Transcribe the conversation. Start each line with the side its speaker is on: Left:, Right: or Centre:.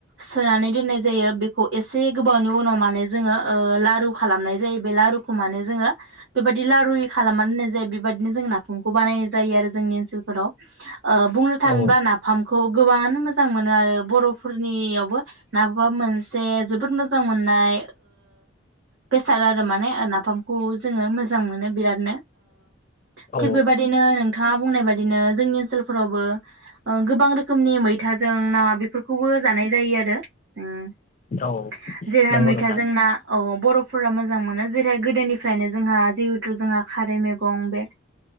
Right: सोनानै दोननाय जायो बेखौ एसे गोबावनि उनाव माने जोङो लारु खालामनाय जायो बे लारुखौ माने जोङो बेबायदि लारु खालामनानै दोननाय जायो। बेबायदिनो जों नाफामखौ बानायनाय जायो आरो जोंनि ओनसोलफोराव। बुंनो थाङोबा
Left: औ
Right: नाफामखौ गोबां मोजां मोनो आरो बर'फोरनियावबो। नाफामा मोनसे जोबोद मोजां मोननाय बेसाद आरो माने नाफामखौ जोङो मोजां मोनो बिरादनो। थिग
Left: औ
Right: बेबायाददिनो नोंथाङा बुंनाय बाददि बिदिनो जोंनि ओनसोलफोरावबो गोबां रोखनि मैथों ना बेफोरखौबो जानाय जायो आरो। <inaudible> <inaudible>
Left: औ
Right: जेरैहा
Left: नंगौ
Right: मैथाजोंना
Left: नोंथां
Right: औ बर'फोरा मोजां मोनो जेरैहाय गोदोनिफ्रायनो जोंहा जिहेथु जोंहा खारै मैगं बे